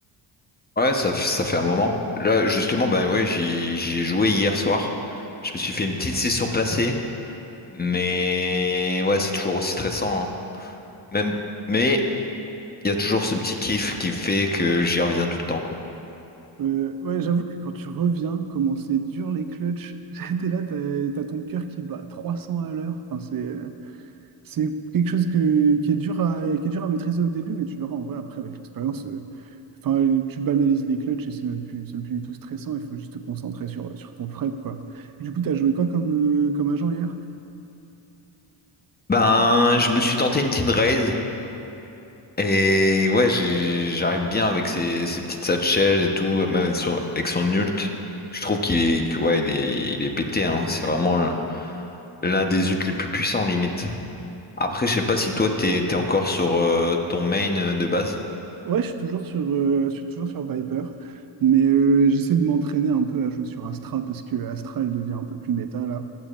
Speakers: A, on the left; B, on the right.
A: Ouais, ça, f- ça fait un moment. Là, justement, bah ouais, j'y j'y ai joué hier soir. Je me suis fait une petite session classée, mais ouais, c'est toujours aussi stressant, hein. Même, mais il y a toujours ce petit kiff qui fait que j'y reviens tout le temps, quoi.
B: Euh, ouais, j'avoue que quand tu reviens, comment c'est dur les clutches, <laughs> t'es là, t'as, t'as ton cœur qui bat 300 à l'heure. Enfin, c'est, C'est quelque chose que- qui est dur à, qui est dur à maîtriser au début, mais tu verras en vrai après avec l'expérience. euh, Enfin, tu banalises les clutches et c'est même plus, c'est même plus du tout stressant. Il faut juste te concentrer sur, sur ton Fred, quoi. Du coup, tu as joué quoi comme, euh, comme agent hier?
A: Ben, je me suis tenté une petite raise et ouais, j'ai- j'arrive bien avec ces, ces petites satchels et tout, même avec son, avec son ult. Je trouve qu'il est, que, ouais, il est, il est pété, hein. C'est vraiment euh, l'un des ults les plus puissants, limite. Après, je sais pas si toi t'es t'es encore sur euh, ton main euh, de base.
B: Ouais, je suis toujours sur, euh, je suis toujours sur Viper, mais euh, j'essaie de m'entraîner un peu à jouer sur Astra parce que Astra, elle devient un peu plus méta là.